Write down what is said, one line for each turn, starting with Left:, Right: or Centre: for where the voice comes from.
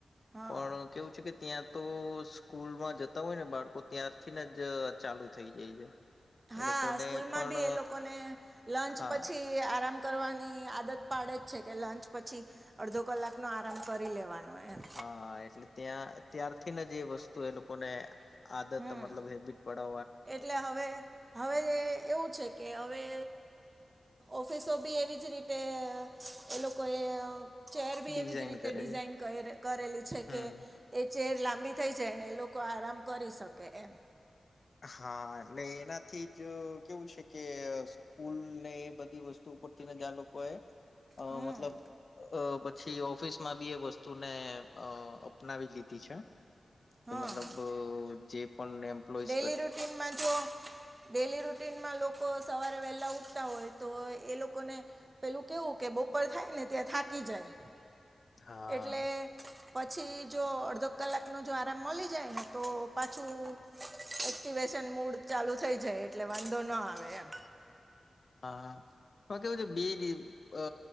Right: હા
Left: પણ કેવું છે. કે ત્યાં તો સ્કૂલમાં જતા હોય ને બાળકો ત્યારથીને જ ચાલુ થઈ જાય છે.
Right: હા
Left: એ લોકોને
Right: સ્કૂલમાં
Left: પણ
Right: બી એ લોકોને લંચ
Left: હા
Right: પછી આરામ કરવાની આદત પાડે જ છે. કે લંચ પછી અડધો કલાકનો આરામ કરી લેવાનો. એમ
Left: હા એટલે ત્યાં ત્યારથીને જે એ વસ્તુ એ લોકોને આદત
Right: હમ
Left: મલબ હેબિટ પડ
Right: એટલે હવે હવે એવું છે કે હવે ઓફિસો બી એવી જ રીતે એ લોકોએ ચેર બી
Left: ડિઝાઇન
Right: એવી જ રીતે
Left: કરે
Right: ડિઝાઇન
Left: છે
Right: કર કરેલી છે
Left: હમ
Right: કે એ ચેર લાંબી થઈ જાય ને એ લોકો લોકો આરામ કરી શકે એમ
Left: હા એટલે એનાથી જ કેવું છે કે સ્કૂલ ને એ બધી વસ્તુ <unintelligible> રને જ્યાં લોકો એ
Right: હમ
Left: મતલબ અ પછી ઓફિસમાં બી એ વસ્તુને અ અપનાવી લીધી છે. કે
Right: હા
Left: મતલબ જે પણ એમ્પ્લોઈઝ
Right: ડલી રૂન જો ડેલી રૂનમાં લોકો સવારે વ પ ઉઠતા હોય તો એ લોકોને પેલું કેવું કે બપર થાય ને ત્યાં થાકી જાય.
Left: હા
Right: એટલે પછી જો અડધો કલાક નો જો આરામ મળી જાય ને તો પાછું એક્ટ મૂડ ચાલુ થઈ જાય એટલે વાંધો ના આવે એમ.
Left: હા હ કેવું છે બે અ